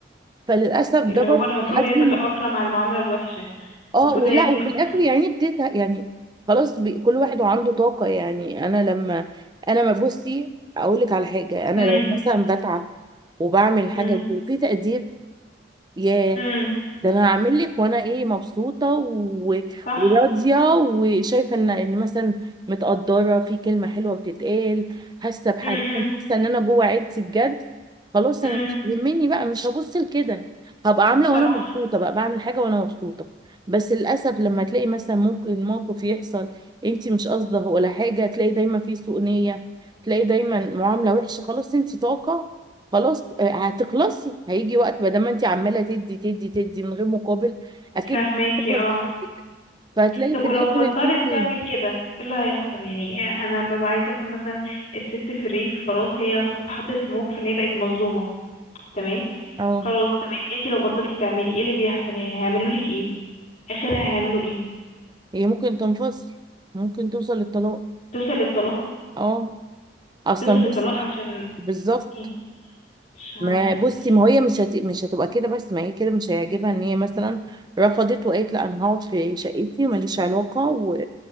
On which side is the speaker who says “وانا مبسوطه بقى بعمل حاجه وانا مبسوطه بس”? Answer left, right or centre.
Right